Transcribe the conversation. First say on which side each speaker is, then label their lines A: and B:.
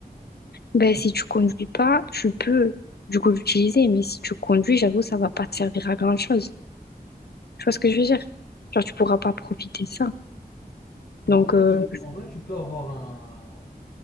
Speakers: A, on the left (about 85°); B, on the left (about 75°).
A: Ben,
B: Est-ce
A: si
B: que-
A: tu conduis pas, tu peux, du coup, l'utiliser. Mais si tu conduis, j'avoue, ça va pas te servir à grand-chose. Tu vois ce que je veux dire? Genre, tu pourras pas
B: ouais.
A: profiter de ça.
B: Mais
A: Donc,
B: en vrai,
A: euh,
B: tu, en vrai, tu peux avoir un,